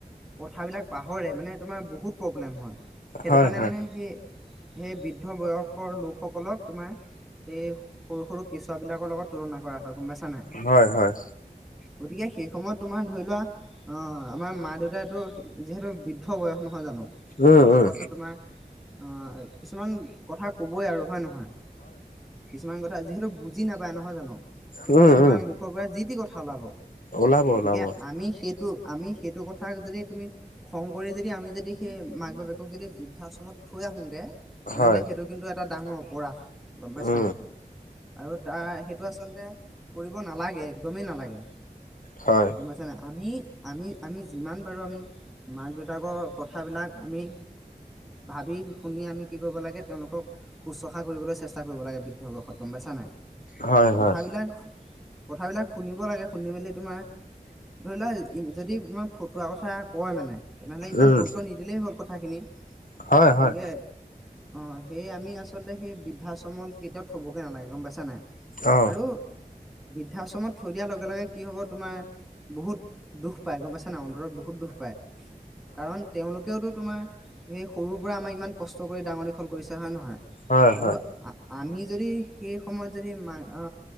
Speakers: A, in the centre; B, on the left (about 60°).
A: কথাবিলাক পাহৰে মানে তোমাৰ বহুত প্ৰব্লেম হয় সেইটো
B: হয়
A: কাৰণে
B: হয়
A: মানে সি সেই বৃদ্ধ বয়সৰ লোকসকলক তোমাৰ এই সৰু সৰু কেচুৱাবিলাকৰ লগত তুলনা কৰা হয় গম পাইছা নাই।
B: হয় হয়
A: গতিকে সেই সময়ত তোমাৰ ধৰি লোৱা আমাৰ মা দেউতাইতো যিহেতু বৃদ্ধ বয়স নহয় জানো বৃদ্ধ
B: উম
A: বয়সততো
B: উম
A: তোমাৰ অ কিছুমান কথা কথা কবই আৰু হয় নহয় হয় কিছুমান কথা যিহেতু বুজি নাপায় নহয় জানো গতিকে
B: উম
A: তোমাৰ
B: উম
A: মুখৰ পৰা যি টি কথা ওলাব
B: ওলাব
A: গতিকে
B: ওলাব
A: আমি সেইটো আমি সেইটো কথা যদি তুমি খং কৰি যদি আমি যদি সেই মাক বাপেকক যদি বৃদ্ধাশ্ৰমত থৈ আহোগৈ তেনেহ'লে
B: হয়
A: সেইটো কিন্তু এটা ডাঙৰ অপৰাধ গম পাইছা
B: উম
A: নাই আৰু তাৰ সেইটো আচলতে কৰিব নালাগে একদমেই নালাগে
B: হয়
A: গম পাইছা নাই আমি আমি আমি যিমান পাৰোঁ আমি মাক দেউতাকৰ কথাবিলাক আমি ভাবি শুনি আমি কি কৰিব লাগে তেওঁলোকক শুশ্ৰূষা কৰিবলৈ চেষ্টা কৰিব লাগে বৃদ্ধ বয়সত গম পাইছা নাই
B: হয় হয়
A: কথাবিলাক কথাবিলাক শুনিব লাগে শুনি মেলি তোমাৰ ধৰি লোৱা যদি তোমাৰ ফটোৱাৰ কথা কয় মানে তেনেহ'লে ইমান
B: উম
A: গুৰুত্ব নিদিলেই হ'ল কথাখিনি
B: হয়
A: গতিকে
B: হয়
A: অ সেই আমি আচলতে সেই বৃদ্ধাশ্ৰমত কেতিয়াও থবগে নালাগে গম পাইছা নাই
B: অ
A: আৰু বৃদ্ধাশ্ৰমত থৈ দিয়াৰ লগে লগে কি হব তোমাৰ বহুত দুখ পাই গম পাইছা না অন্তৰত বহুত দুখ পায় কাৰণ তেওঁলোকেওতো তোমাৰ সেই সৰুৰ পৰা আমাৰ ইমান কষ্ট কৰি ডাঙৰ দীঘল কৰিছে হয় নহয়
B: হয়
A: আৰু
B: হয়
A: আমি যদি সেই সময়ত যদি মা অ